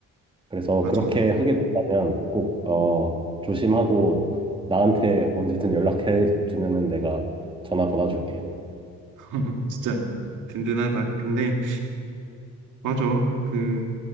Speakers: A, on the right; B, on the right.
A: 그래서
B: 맞아.
A: 그렇게 하게 된다면 꼭 어, 조심하고 나한테 언제든 연락해 주면은 내가 전화 받아줄게.
B: <laughs> 진짜 든든하다. 근데 맞아. 그